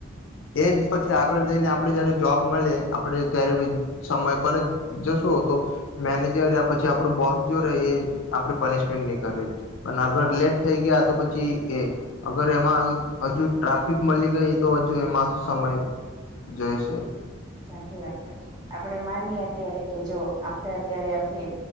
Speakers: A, on the left; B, on the right.
A: એ જ પછી આગળ જઈને આપણેે જયારે જોબ મલયે આપણેે ત્યારે સમય પર જ જશું તો મેનેજર આ પછી આપડુ બોસ જો રહે આપડે પનિશમેન્ટ ની કરે. અને આગળ લેટ
B: સાચી
A: થઈ ગયા તો પછી એ અગર એમાં હજુ ટ્રાફિક મલી ગઈ તો હજુ એમાં સમય જશે
B: સાચી વાત છે આપડે માનીએ અત્યારે કે જો આપડે અત્યારે આપલી